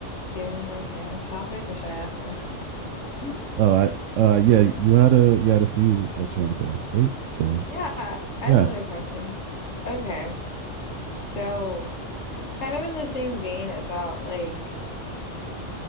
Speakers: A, on the left; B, on the right.
A: Do you have any more to say on this topic, or should I ask another <laughs> question?
B: Uh, I, uh, yeah. You had a you had a few that you wanted to ask, right? So,
A: Yeah, I
B: yeah.
A: have another question. Okay, so kind of in the same vein about like